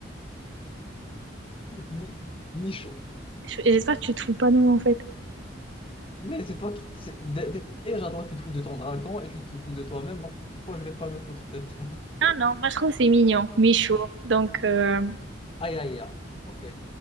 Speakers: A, on the left; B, on the right.
A: Mi- Michaud.
B: J'espère j'espère que tu trouves pas non, en fait.
A: Mais c'est toi qui. c'est- dé- dé- Déjà, toi, tu te fous de ton dragon et tu te fous de toi-même, donc pourquoi je vais pas me foutre de toi? <laughs>
B: Ah non, moi, je trouve que c'est mignon. Michou. Donc... euh,
A: Aïe, aïe, aïe. Ok.